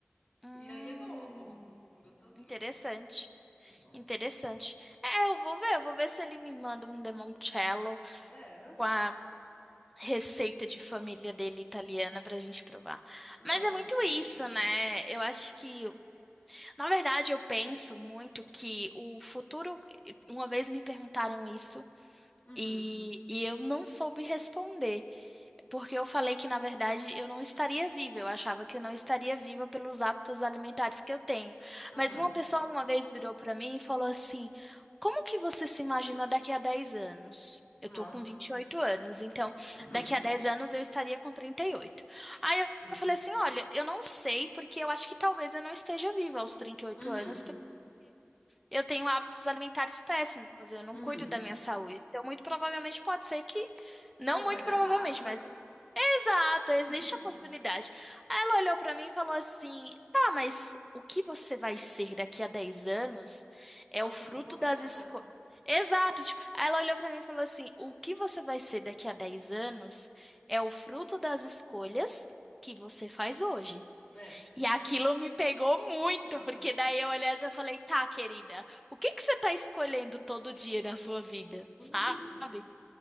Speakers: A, in the centre; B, on the left (about 40°).
A: Hum,
B: E aí é bom, pô. Gostosinho.
A: interessante.
B: Muito bom.
A: Interessante. É, eu vou ver, eu vou ver se ele me manda um limoncello
B: É.
A: com a receita de família dele italiana pra gente provar.
B: Nossa,
A: Mas é muito
B: chique.
A: isso, né? Eu acho que, na verdade, eu penso muito que o futuro, uma vez me perguntaram isso
B: Uhum,
A: e, e eu não soube responder. Porque eu falei que, na verdade, eu não estaria viva. Eu achava que eu não estaria viva pelos hábitos alimentares que eu tenho.
B: uhum.
A: Mas uma pessoa uma vez virou para mim e falou assim: Como que você se imagina daqui a 10 anos? Eu
B: Nossa.
A: tô com 28 anos, então
B: Uhum.
A: daqui a 10 anos eu estaria com trinta e oito Aí eu
B: Gosto.
A: eu falei assim: Olha, eu não sei, porque eu acho que talvez eu não esteja viva aos trinta e oito
B: Uhum,
A: anos. Porque eu tenho hábitos alimentares péssimos, eu não
B: uhum.
A: cuido da minha saúde. Então, muito provavelmente pode ser que, não
B: Eu vou
A: muito
B: de
A: provavelmente,
B: arrasta.
A: mas Exato, existe
B: <laughs>
A: a possibilidade. Aí ela olhou pra mim e falou assim: tá, mas o que você vai ser daqui a 10 anos é
B: Nossa,
A: o fruto
B: é muito complexo,
A: das escolhas.
B: né?
A: Exato, tipo, aí ela olhou pra mim e falou assim: o que você vai ser daqui a 10 anos é o fruto das escolhas que você faz hoje.
B: É.
A: E aquilo me pegou muito,
B: Nossa.
A: porque daí eu olhei e falei: tá, querida, o que que você tá escolhendo todo dia da sua vida,
B: <laughs>
A: sabe?